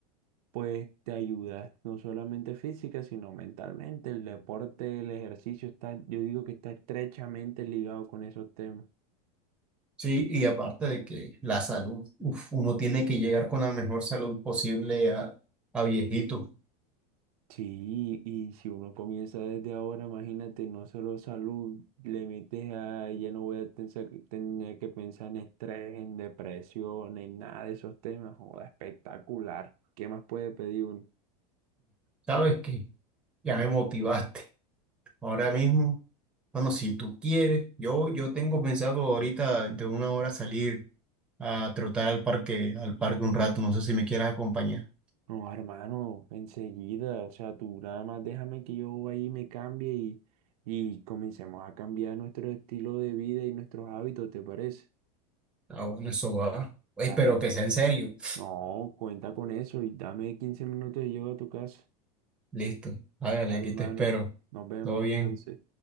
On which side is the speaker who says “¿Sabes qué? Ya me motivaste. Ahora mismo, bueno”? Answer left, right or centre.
Centre